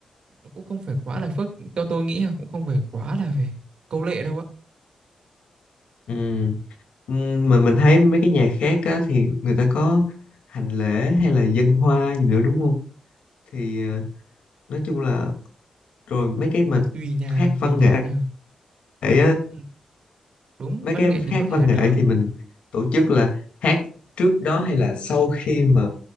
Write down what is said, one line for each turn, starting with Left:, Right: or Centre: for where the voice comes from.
Right: nó cũng không phải quá là phức theo tôi nghĩ là cũng không phải quá là về câu lệ đâu ạ
Left: Ừ. Ừ, Mà mình thấy mấy cái nhà khác á, thì người ta có hành lễ hay là dân hoa gì nữa đúng không? Thì ờ, nói chung là rồi mấy cái mà
Right: Ừ, tùy nhà
Left: hát văn
Right: tùy nhà
Left: nghệ
Right: nha
Left: á.
Right: Ừ, đúng
Left: mấy
Right: văn
Left: cái
Right: nghệ thì
Left: hát
Right: có thể
Left: văn
Right: là được
Left: nghệ thì mình tổ chức là hát trước đó hay là sau khi mà